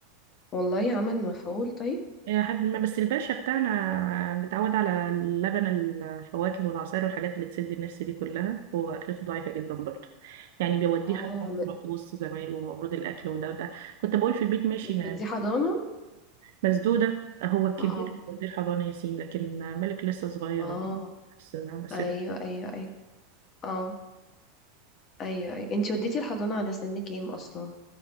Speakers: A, on the left; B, on the right.
A: والله عمل مفعول طيب
B: إلى حد ما بس الباشا بتاعنا متعود على اللبن الفواكه والعصائر والحاجات اللي تسد النفس دي كلها هو أكلته ضعيفة جدا برضه يعني بيوديه
A: اه
B: حاجات
A: م-
B: وسط زمايله ومفروض الأكل وده وده كنت بقول في البيت ماشي
A: بتوديه
B: ما
A: حضانة
B: مسدودة هو الكبير
A: اه
B: بيوديه الحضانة ياسين لكن ملك لسه صغير
A: اه
B: بس- بس-
A: ايوه ايوه ايوه اه ايوه ايوه انتي وديتي الحضانة على سن كام اصلا